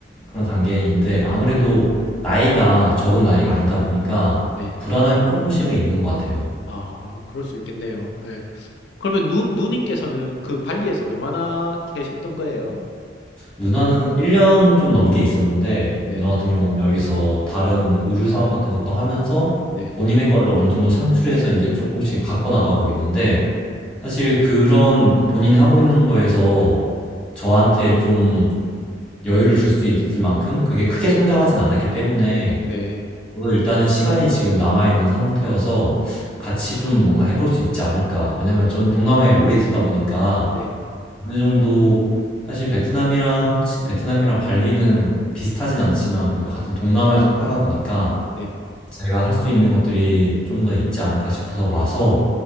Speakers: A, in the centre; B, on the left (about 70°).
A: 그런 단계인데 아무래도 나이가 적은 나이가 아니다 보니까
B: 네.
A: 불안함이 조금씩은 있는 것 같아요.
B: 아, 그럴 수 있겠네요. 네. 그러면 누, 누님께서는 그 발리에서 얼마나 계셨던 거예요?
A: 누나는 1년 좀 넘게 있었는데
B: 네,
A: 누나 같은 경우는 여기서 다른 의류 사업 같은 것도 하면서
B: 네,
A: 본인의 거를 어느 정도 창출해서 이제 조금씩 갖고 나가고 있는데 사실 그런 본인이 하고 있는 거에서 저한테 좀 여유를 줄 수 있을 만큼 그게 크게 성장하진 않았기 때문에
B: 네,
A: 저도 일단은 시간이 지금 남아있는 상태여서 같이 좀 뭔가 해볼 수 있지 않을까. 왜냐면 전 동남아에 오래 있었다 보니까
B: 네,
A: 어느 정도 사실 베트남이랑 호치, 베트남이랑 발리는 비슷하진 않지만 그래도 같은 동남아에 속하다 보니까
B: 네.
A: 제가 할 수 있는 것들이 좀 더 있지 않을까 싶어서 와서